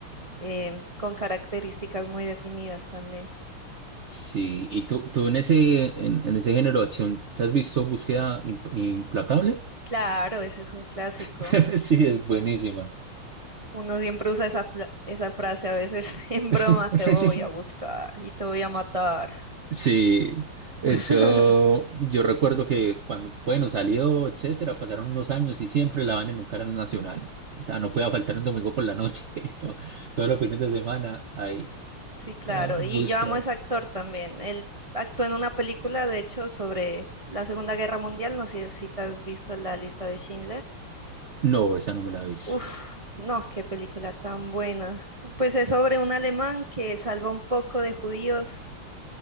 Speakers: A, on the right (about 20°); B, on the right (about 80°).
A: em, con características muy definidas también.
B: Sí, y tú, tú en ese, en, en ese género de acción, ¿te has visto Búsqueda Im- Implacable?
A: Claro, ese es un clásico.
B: <laughs> Sí, es buenísima.
A: Uno siempre usa esa, fla- esa frase a veces <laughs> en
B: <laughs>
A: broma, te voy a buscar y te voy a matar.
B: Sí, eso
A: <laughs>
B: yo recuerdo que cuando, bueno, salió, etcétera, pasaron unos años y siempre la van en un canal nacional. O sea, no podía faltar un domingo por la noche <laughs> y todo- todos los fines de semana ahí,
A: Sí, claro.
B: ah, búsquedas.
A: Y yo amo a ese actor también. Él actuó en una película, de hecho, sobre la Segunda Guerra Mundial. No sé si te has visto la lista de Schindler.
B: No, esa no me la aviso.
A: Uf, no, qué película tan buena. Pues es sobre un alemán que salva un poco de judíos